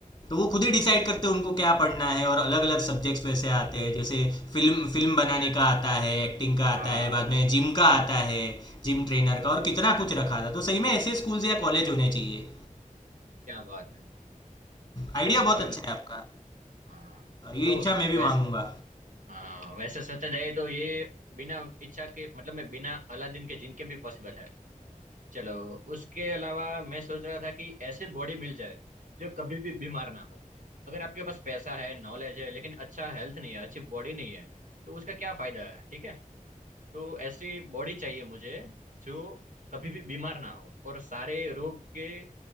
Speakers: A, on the left; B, on the right.
A: तो वो खुद ही डिसाइड करते हैं उनको क्या पढ़ना है और अलग अलग सब्जेक्ट्स वैसे आते हैं जैसे फिल्म फिल्म बनाने का आता है एक्टिंग का आता
B: हाँ
A: है बाद में जिम का आता है जिम ट्रेनर का और कितना कुछ रखा था तो सही में ऐसे स्कूल्स या कॉलेज होने चाहिए
B: क्या बात है
A: आइडिया बहुत
B: और
A: अच्छा है आपका
B: हाँ
A: ये
B: तो
A: इच्छा मैं भी
B: वैस
A: मांगूंगा
B: हाँ वैसे सोचा जाए तो ये बिना इच्छा के मतलब मैं बिना अलादीन के जिनके भी पॉसिबल है चलो उसके अलावा मैं सोच रहा था कि ऐसे बॉडी मिल जाए जो कभी भी बीमार ना हो अगर आपके पास पैसा है नॉलेज है लेकिन अच्छा हेल्थ नहीं है अच्छी बॉडी नहीं है तो उसका क्या फायदा है ठीक है तो ऐसी बॉडी चाहिए मुझे जो कभी भी बीमार ना हो और सारे रोग के